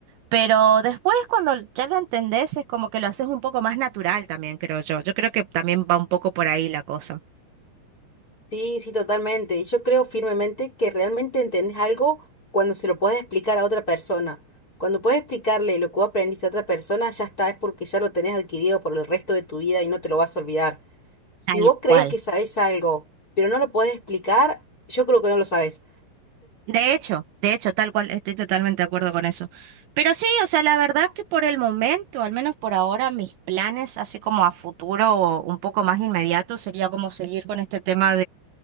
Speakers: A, on the right (about 70°); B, on the left (about 20°).
A: pero después cuando ya lo entendés es como que lo haces un poco más natural también, creo yo. Yo creo que también va un poco por ahí la cosa.
B: Sí, sí, totalmente. Yo creo firmemente que realmente entendés algo cuando se lo puedes explicar a otra persona. Cuando puedes explicarle lo que vos aprendiste a otra persona, ya está, es porque ya lo tenés adquirido por el resto de tu vida y no te lo vas a olvidar. Si
A: Tal
B: vos crees
A: cual.
B: que sabés algo, pero no lo podés explicar, yo creo que no lo sabés.
A: De hecho, de hecho, tal cual, estoy totalmente de acuerdo con eso. Pero sí, o sea, la verdad que por el momento, al menos por ahora, mis planes, así como a futuro o un poco más inmediato, sería como seguir con este tema